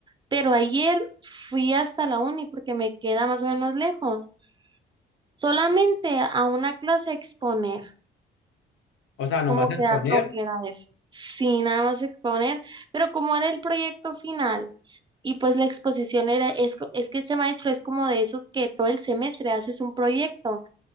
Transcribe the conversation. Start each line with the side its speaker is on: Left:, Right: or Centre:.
Right: pero ayer fui hasta la uni porque me queda más o menos lejos, solamente a una clase a exponer,
Left: O sea, nomás
Right: como
Left: exponer,
Right: que da flojera eso, sí, nada más exponer, pero como era el proyecto final y pues la exposición era, es, co- es que este maestro es como de esos que todo el semestre haces un proyecto